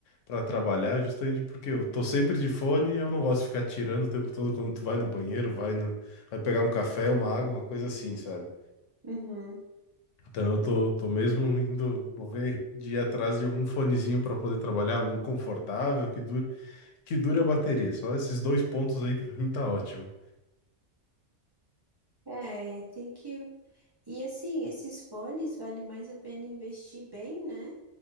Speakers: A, on the left; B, on the right.
A: para trabalhar, justamente porque eu tô sempre de fone e eu não gosto de ficar tirando o tempo todo quando tu vai no banheiro, vai no, vai pegar um café, uma água, uma coisa assim, sabe?
B: Uhum.
A: Então eu tô, tô mesmo indo, vou ver, de ir atrás de algum fonezinho para poder trabalhar, algum confortável, que dure, que dure a bateria. Só esses dois pontos aí para mim tá ótimo.
B: É, tem que. E assim, esses fones vale mais a pena investir bem, né?